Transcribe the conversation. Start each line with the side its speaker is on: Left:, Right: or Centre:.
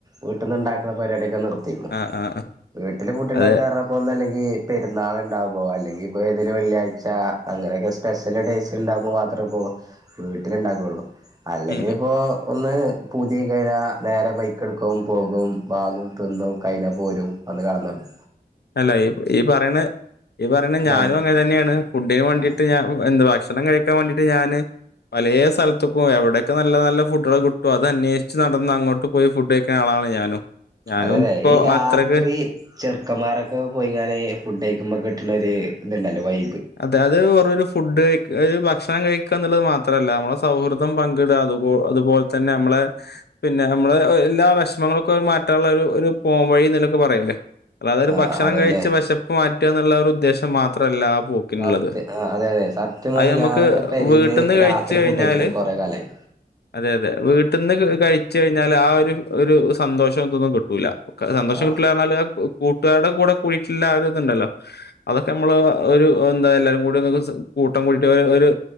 Right: വീട്ട്ന്ന്‌ണ്ടാക്കണ പരിവാടിക്കെ നിർ ത്തിക്കണ്
Left: ആ ആ
Right: വീട്ടില് ഫുഡ് ണ്ടാക്കാറഞ്ഞപ്പോ
Left: അതെ
Right: ഒന്നല്ലങ്കി പെരുന്നാള്ണ്ടാവുമ്പോ അല്ലെങ്കി ഇപ്പെതേലു വെള്ളിയാഴ്ച അങ്ങനെയൊക്കെ സ്പെഷ്യൽ ഡേയ്‌സ്ണ്ടാവുമ്പ മാത്രപ്പോ വീട്ടിലിണ്ടാക്കൊള്ളൂ. അല്ലെങ്കിപ്പോ
Left: ഉം
Right: ഒന്ന് പൂത്യായ്കയ്ഞ്ഞാ നേരെ ബൈക്കെട്ക്കും പോകും വാങ്ങും തിന്നും കൈഞ്ഞാ പോരും വന്ന് കെടന്നൊറങ്ങ്
Left: എല്ലാ ഈ ഈ പറെയ്ണേ ഈ പറീണ
Right: ഇതാണ്
Left: ഞാനും അങ്ങൻതന്നെയാണ് ഫുഡിന് വാണ്ടീട്ട്
Right: ആ
Left: ഞാൻ എന്ത് ഭക്ഷണം കഴിക്കാൻ വേണ്ടീട്ട് ഞാന് പലേ സൽത്ത്ക്കാേയ് എവ്ടെക്കെ നല്ല നല്ല ഫുഡ്ഡ്കള് കിട്ടാേ അതന്നേഷ്ച്ച് നടന്ന് അങ്ങോട്ട് പോയ് ഫുഡ്ഡയ്ക്ക്ണ ആളാ ളാ ഞാനും. ഞാനും
Right: അങ്ങനെ
Left: ഇപ്പോ
Right: ഈ രാത്രി
Left: അത്രക്ക്
Right: ചെർ ക്കൻമാരൊക്കെ പോയ്ങ്ങാന് ഫുഡ്ഡയ്ക്കുമ്പ കിട്ട്ണൊര് ത്ണ്ടല്ലോ വൈ
Left: അതെ അത് വെറുവൊരു ഫുഡ്ഡ്കഴിക്ക് ഒര് ഭക്ഷ ക്ഷണം കഴിക്കന്ന്ള്ളത് മാത്രല്ല നമ്മളെ സൗഹൃദം പങ്ക്ടാ അതുപോ അതുപോൽ തന്നെ മ്മളെ പിന്നെ അമ്മ എല്ലാ വെഷ്മങ്ങളൊക്കെ മാറ്റാൻള്ളെരു ഒരു പോം വഴീന്ന്ലെക്കെ പറയൂലേ അല്ലാതെ ഒര്
Right: ആഹ്
Left: ഭക്ഷണം
Right: അതല്ലേ
Left: കഴിച്ച് വെശപ്പ് മാറ്റാ ന്ന്ള്ള ആ ഒര്ദ്ദേശം മാത്രല്ലാ പോക്കിന്ള്ളത്
Right: സത്യ ആഹ് അതെ അതെ സത്യം പറഞ്ഞ
Left: അയ് ഞമ്മക്ക്
Right: ഞാനൊക്കെ പെരീന്ന്
Left: വീട്ട്ന്ന് കഴിച്ച്
Right: രാത്രി
Left: കയ്ഞ്ഞാല്
Right: ഫുഡ് കഴിച്ചിട്ട് കൊറെ കാലായി
Left: അതെ അതെ വീട്ട്ന്ന് ക കഴിച്ച് കയ്ഞ്ഞാല് ആ ഒരു ഒരു സന്തോഷം തൊന്നും കിട്ടൂലാ സന്തോഷം
Right: ആഹ്
Left: കിട്ടൂല്ലാർഞ്ഞാല് അത് കൂട്ട്കാർടെ കൂടെ പോയിട്ടിള്ള ആ ഒരിതൊണ്ടല്ലോ അതൊക്കെ മ്മള് ഒരു പ്പന്താ എല്ലാരും കൂടി ഒര്സം കൂട്ടം കൂടിട്ട് ഒരു